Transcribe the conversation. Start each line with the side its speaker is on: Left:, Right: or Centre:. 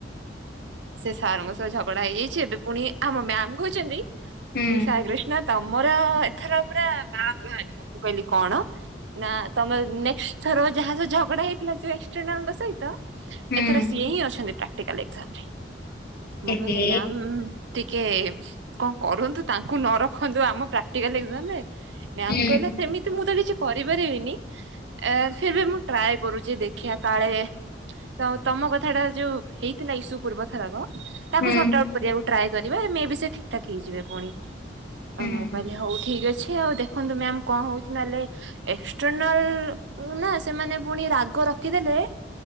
Right: ସେ ସାରଙ୍କ ସହ ଝଗଡା ହେଇଯାଇଚି ଏବେ ପୁଣି ଆମ ମ୍ୟାମ କହୁଚନ୍ତି
Left: ହୁଁ
Right: କି ସାଇକ୍ରିଷ୍ଣା ତମର ଏଥର ପୁରା ଦାଦ ବାହାରିବ ମୁଁ କହିଲି କଣ ନା ତମେ ନେକ୍ସଟ ର ଯାହାର ଝଗଡା ହେଇଥିଲ ସେ ଏକ୍ସଟ୍ରିନାଲଙ୍କ ସହିତ ତ
Left: ହୁଁ
Right: ଏଥର ସିଏ ହିଁ ଅଛନ୍ତି ପ୍ରାକ୍ଟିକାଲ ଏକ୍ଜାମ ରେ। ମୁଁ
Left: ଏହେ
Right: କହିଲି ମ୍ୟାମ ଟିକେ କଁ କରନ୍ତୁ ତାଙ୍କୁ ନ ରଖନ୍ତୁ ଆମ ପ୍ରାକ୍ଟିକାଲ ଏକ୍ଜାମ ରେ। ମ୍ୟାାମ
Left: ହୁଁ
Right: କହିଲେ ସେମିତି ମୁଁ ତ କିଛି କିଛି କରିପାରିବିନି ଫିରବି ମୁଁ ଟ୍ରାଏ କରୁଛି ଦେଖିବା କାଳେ ତ ତମ କଥା ଟା ଯୋଉ ହେଇଥିଲା ଇସୁ ପୂର୍ବ ଥରକ, ତାକୁ
Left: ହୁଁ
Right: ସଟଆଉଟ କରିବାକୁ ଟ୍ରାଏ କରିବା ମେବି ସେ ଠିକ୍ ଠାକ ହେଇଯିବେ ପୁଣି।
Left: ହୁଁ
Right: ଆଉ ମୁଁ କାଲି ହଉ ଠିକ ଅଛି। କିଏ ଆଉ ଦେଖନ୍ତୁ ମ୍ୟାମ କଣ ହଉଚି ନହେଲେ ଏକ୍ସଟରନାଲ କୁ ନା ସେମାନେ ପୁଣି ରାଗ ର ଖି ଦେଲେ